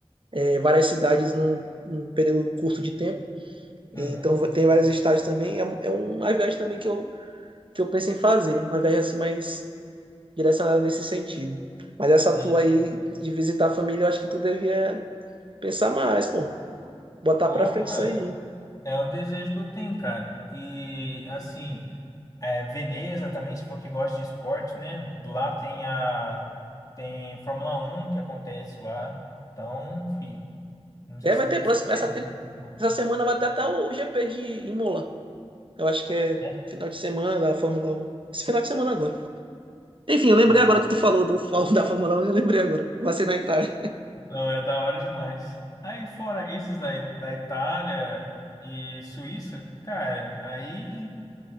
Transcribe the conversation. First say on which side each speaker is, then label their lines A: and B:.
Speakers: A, on the right; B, on the left.
A: é, várias cidades num, num período curto de tempo. Então
B: Uhum,
A: tem vários estágios também. É, um- é um, uma viagem também que eu, que eu penso em fazer. Uma viagem assim mais direcionada nesse sentido. Mas essa
B: sim.
A: tua aí de visitar a família, eu acho que tu devia pensar mais, pô. Botar
B: Opa,
A: pra frente isso aí.
B: é um desejo que eu tenho, cara. E assim. É, Veneza também, se for que gosta de esporte, né? Lá tem a tem Fórmula Um que acontece lá. Então, fi, não sei
A: É,
B: se
A: vai ter
B: se
A: próximo.
B: interessa
A: Essa, tem-
B: pra Fórmula 1,
A: essa semana vai ter até o GP de Imola. Eu acho que é
B: né?
A: final de semana da Fórmula um Esse final de semana agora. Enfim, eu lembrei
B: Não,
A: agora que tu falou do, <laughs> da Fórmula um eu lembrei agora. Vai ser na Itália.
B: não é da hora demais. Aí fora esses da, da Itália e Suíça, cara, aí